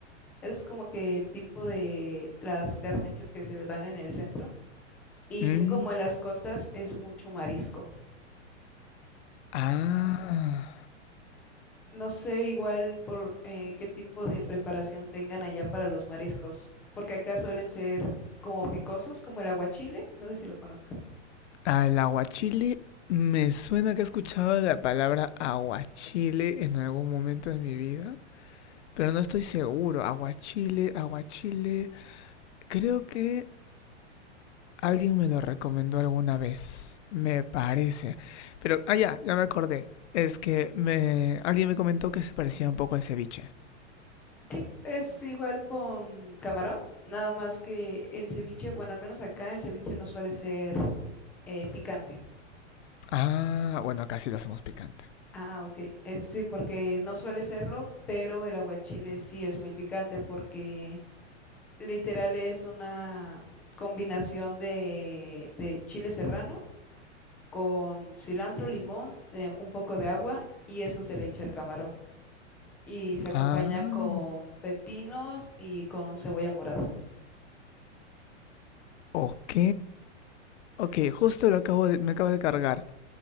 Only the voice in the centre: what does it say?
eso es como que tipo de las garnachas que se dan en el centro y
ya como en las costas es mucho marisco.
No sé igual por eh, qué tipo de preparación tengan allá para los mariscos, porque acá suelen ser como picosos, como el aguachile, no sé si lo conozcas.
Sí, es igual con camarón, nada más que el ceviche, bueno, al menos acá el ceviche no suele ser eh, picante.
Ah, ok. Eh, sí, porque no suele serlo, pero el aguachile sí es muy picante porque literal es una combinación de, de chile serrano con cilantro, limón, eh, un poco de agua y eso se le echa al camarón. Y se acompaña
con pepinos y con cebolla morada.